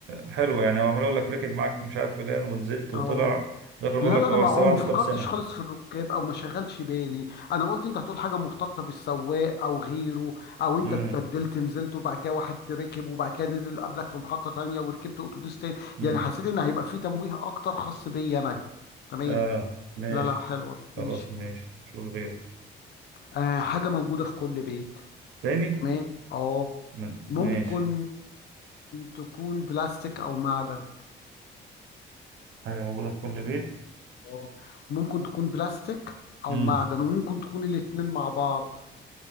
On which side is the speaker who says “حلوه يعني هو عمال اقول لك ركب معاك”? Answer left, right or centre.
Right